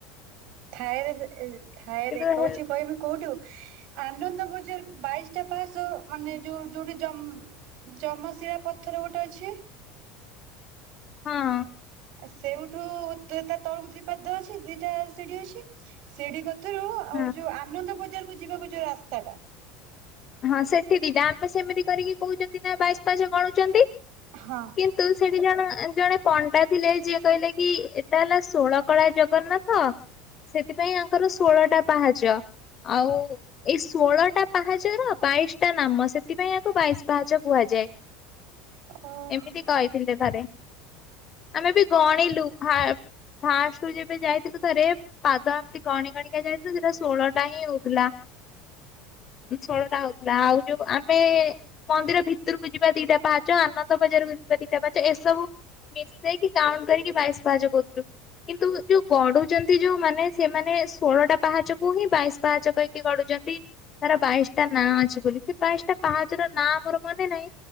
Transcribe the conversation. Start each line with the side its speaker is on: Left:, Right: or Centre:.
Right: ଥାଏରେ ଏ ଥାଏରେ
Left: କିନ୍ତୁ
Right: କହୁଛି
Left: ହେଲ
Right: କହିମୀ କୋଉଠୁ ଆ ଆନନ୍ଦ ବଜାର ବାଇଶ ଟା ପାହାଚ ମାନେ ଯୋଉ ଯୋଉଠି ଯମ ଯମଶିଳା ପଥର ଗୋଟେ ଅଛି।
Left: ହଁ।
Right: ଆ ସେଉଠୁ ତା ତଳକୁ ଦି ପାଦ ଅଛି ଦିଟା ସିଢି ଅଛି ସିଢି କ ତିରୁ
Left: ହଁ
Right: ଆଉ ଯୋଉ ଆନନ୍ଦ ବଜାର କୁ ଯିବାକୁ ଯୋଉ ରାସ୍ତାଟା
Left: ହଁ ସେଠି ଦିଟା ଆମେ ସେମିତି କରିକି କହୁଛନ୍ତି ନା ବାଇଶ ପାହାଚ ଗଣୁଛନ୍ତି।
Right: ହଁ
Left: କିନ୍ତୁ ସେଠି ଜଣ। ଜଣେ ପଣ୍ଡା ଥିଲେ ଯିଏ କହିଲେ କି ଏଟା ହେଲା ଷୋଳକଳା ଜଗନ୍ନାଥ। ସେଥିପାଇଁ ଆଙ୍କର ଷୋହଳଟା ପାହାଚ ଆଉ ଏଇ ଷୋହଳଟା ପାହାଚର। ବାଇଶ ଟା ନାମ ସେଥିପାଇଁ ଏହାକୁ ବାଇଶ ପାହାଚ କୁହାଯାଏ।
Right: ଓହୋ
Left: ଏମିତି କହିଥିଲେ ଥରେ ଆମେ ବି ଗଣିଲୁ ଭା ଫାଷ୍ଟୁ ଯେବେ ଯାଇଥିଲୁ ଥରେ ପାଦ ଏମତି ଗଣି ଗଣିକା ଯାଇଥିଲୁ ସେଟା ଷୋଳଟା ହିଁ ହଉଥିଲା। ଶୋଳଟା ହଉ ଆଉ ଯୋଉ ଆମେ ମନ୍ଦିର ଭିତରକୁ ଯିବା ଦିଟା ପାହାଚ ଆନନ୍ଦ ବଜାରକୁୁ ଯିବା ଦିଟା ପାହାଚ ଏ ସବୁ ମିଶେଇକି କାଉଣ୍ଟ କରିକି ବାଇଶ ପାହାଚ କହୁଥିଲୁ। କିନ୍ତୁ ଯୋଉ ଗଡୁଛନ୍ତି ଯୋଉ ମାନେ ସେମାନେ ଷୋଳଟା ପାହାଚକୁ ହିଁ ବାଇଶ ପାହାଚ କହିକି ଗଡୁଛ ନ୍ତି ତାର ବାଇଶଟା ନାଁ ଅଛି ବୋଲି ସେ ବାଇଶଟା ପାହାଚର ନାଁ ମୋର ମନେ ନାହିଁ।